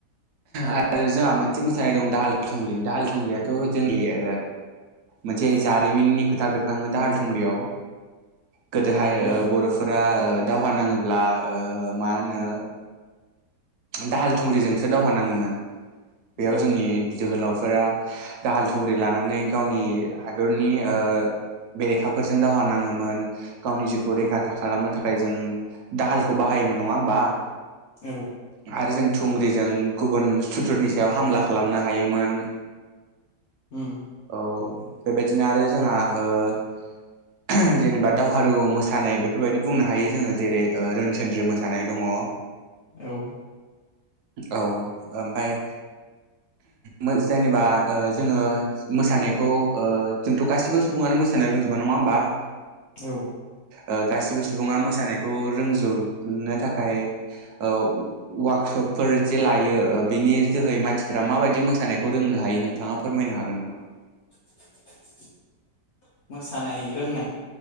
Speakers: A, on the left (about 60°); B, on the right (about 70°).
A: औ
B: आरो जोंहा मोनसे मो सानाय दं, दाहाल थुंग्रि। दाहाल थुंग्रियाथ' जोंनि ओ मोनसे
A: ओ
B: जारिमिननि खोथा बेर खाङो दाहाल थुंग्रियाव। गोदोहाय
A: उम
B: ओ बर'फोरा ओ दावहा नाङोब्ला ओ मा होनो दाहाल थुंग्रिजोंसो दावहा नाङोमोन। बेयाव
A: औ ओ
B: जोंनि बि जोहोलाव फोरा दाहाल थुंग्रि लानानै गावनि हादरनि ओ बेरेखाफोरजों दावहा नाङोमोन गावनि जिउ खौ रैखाथा खालामनो थाखाय जों दाहालखौ बाहायोमोन नङा होमबा?
A: औ।
B: आरो जों थुंग्रिजों गुबुन सुथुरनि सायाव हामला खालामनो हायोमोन।
A: उम
B: औ। बेबायदिनो आरो जोंहा ओ जेनेबा दावहारु मोसानाय बेफोरबायदि बुंनो हायो जोङो जेरै रोनसोनद्रि मोसानाय दङ।
A: औ
B: औ। ओमफाय मो जेनेबा ओ जोङो मोसानायखौ ओ जोंथ' गासिबो सुबुङानो मोसानो रोंजोबा नङा होमबा?
A: औ।
B: ओ गासिबो सुबुंङा मोसानायखौ रोंजोबनो थाखाय ओ वार्कशपफोर जे लायो बिनि जोहै मानसिफोरा माबायदि मोसानायखौ रोंनो हायो नोंथाङा फोरमायनो हागोन नामा?
A: <unintelligible> मोसानाय रोंनाय।